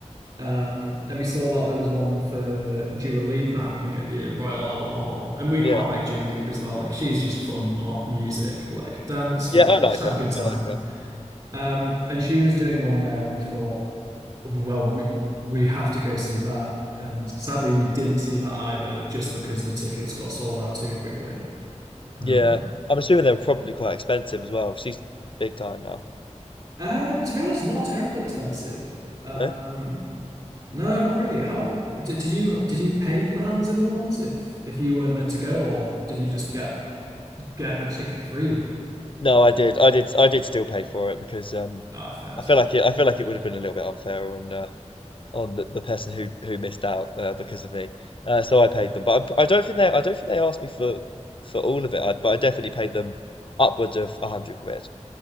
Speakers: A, on the right (about 45°); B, on the left (about 45°).
A: Um, and we saw that there was one for Dua Lipa happening at the Royal Albert Hall, and we
B: yeah.
A: quite like Dua Lipa as well. Like she's just fun pop music, like dance,
B: Yeah,
A: whatever,
B: I like
A: just have
B: her.
A: a good time.
B: I like her.
A: Um, and she was doing one there, and we thought, well, we we have to go see that. And sadly, we didn't see that either, just because the tickets got sold out too quickly. Um,
B: Yeah, I'm assuming they were probably quite expensive as well. She's big time now.
A: uh, to be honest, not terribly expensive. Um,
B: No,
A: No, not really. How did, did you did you pay for the Hans Zimmer ones if if you weren't meant to go, or did you just get get the ticket free
B: no, I did, I did, I did still pay for it because um,
A: Ah, fairs?
B: I feel like it, I feel like it would have been a little bit unfair on uh, on the, the person who who missed out uh, because of me. Uh, so I paid them, but I, I don't think they, I don't think they asked me for for all of it. I, but I definitely paid them upwards of a hundred quid.